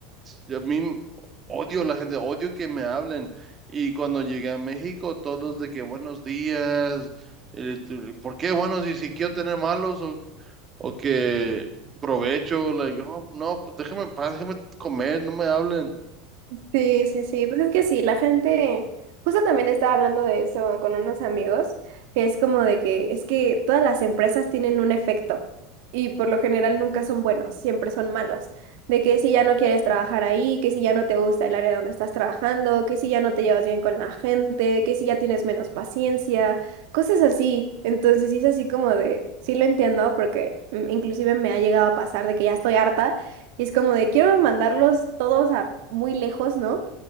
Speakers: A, on the right; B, on the right.
A: Yo a mí odio a la gente, odio que me hablen. Y cuando llegué a México, todos de que buenos días, eh, tu- ¿por qué buenos? Y si quiero tener malos o, o que provecho, like, "Oh, no, pues déjame en paz, déjame comer, no me hablen.
B: Sí, sí, sí, pues es que sí, la gente, justo también estaba hablando de eso con unos amigos, que es como de que es que todas las empresas tienen un efecto y por lo general nunca son buenos, siempre son malos, de que si ya no quieres trabajar ahí, que si ya no te gusta el área donde estás trabajando, que si ya no te llevas bien con la gente, que si ya tienes menos paciencia, cosas así. Entonces sí es así como de, sí lo entiendo porque mm, inclusive me ha llegado a pasar de que ya estoy harta y es como de, quiero mandarlos todos a muy lejos, ¿no?